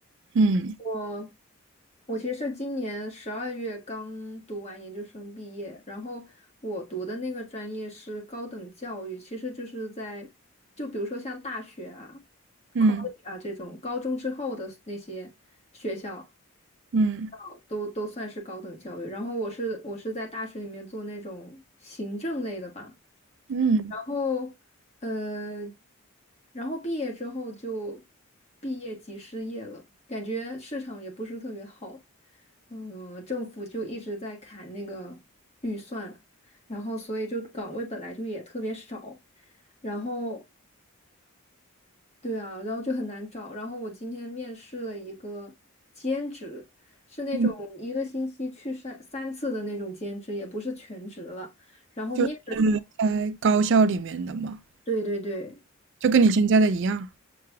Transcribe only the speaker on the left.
我我其实是今年十二月刚读完研究生毕业，然后我读的那个专业是高等教育，其实就是在就比如说像大学啊、college
啊这种高中之后的那些学校，
高都都算是高等教育。然后我是我是在大学里面做那种行政类的吧，
然后呃，然后毕业之后就毕业即失业了，感觉市场也不是特别好，嗯、政府就一直在砍那个预算，然后所以就岗位本来就也特别少，然后。对啊，然后就很难找。然后我今天面试了一个兼职，是那种一个星期去三三次的那种兼职，
也不是全职了。然后面的时候，
对对对，